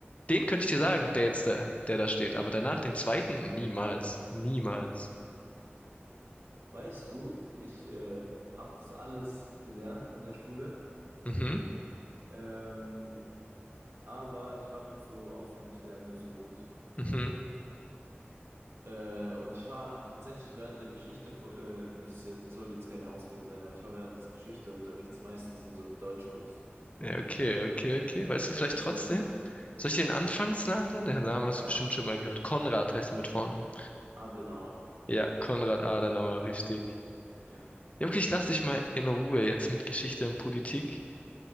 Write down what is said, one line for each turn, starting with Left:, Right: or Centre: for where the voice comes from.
Left: den könnte ich dir
Right: Boah,
Left: sagen,
Right: weißt
Left: der jetzt
Right: du,
Left: da, der da steht, aber danach den zweiten niemals, niemals.
Right: weißt du, ich äh, habe das alles gelernt in der Schule,
Left: Mhm,
Right: ähm, aber ich war mit so Auswendiglernen nie so gut.
Left: mhm.
Right: Äh, und ich war tatsächlich während der Geschichte, vor- äh, das ist jetzt, soll jetzt keine Ausrede sein, aber ich war während des Geschichteunterrichts meistens in so einem Deutschkurs.
Left: Ja, okay, okay, okay. Weißt du vielleicht trotzdem?
Right: Äh,
Left: Soll ich dir den Anfangsnamen sagen? Den Namen hast
Right: sag
Left: du bestimmt schon mal gehört. Konrad heißt er mit Vornamen.
Right: Adenauer.
Left: Ja, Konrad Adenauer, richtig.
Right: Okay.
Left: Ja, Wirklich, lass dich mal in Ruhe jetzt mit Geschichte und Politik.